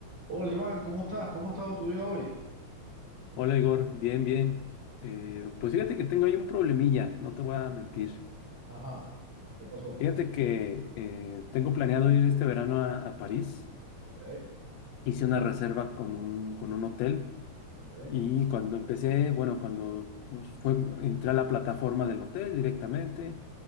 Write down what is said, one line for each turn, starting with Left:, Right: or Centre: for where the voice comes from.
Right: Hola Iván, ¿cómo estás? ¿Cómo ha estado tu día hoy?
Left: Hola Igor, bien, bien. Eh, pues fíjate que tengo ahí un problemilla, no te voy a mentir.
Right: Ajá, ¿qué pasó?
Left: Fíjate que eh, tengo planeado ir este verano a, a París.
Right: Ok,
Left: Hice una reserva con un, con un hotel
Right: ok,
Left: y cuando empecé, bueno, cuando pues, fue, entré a la plataforma del hotel directamente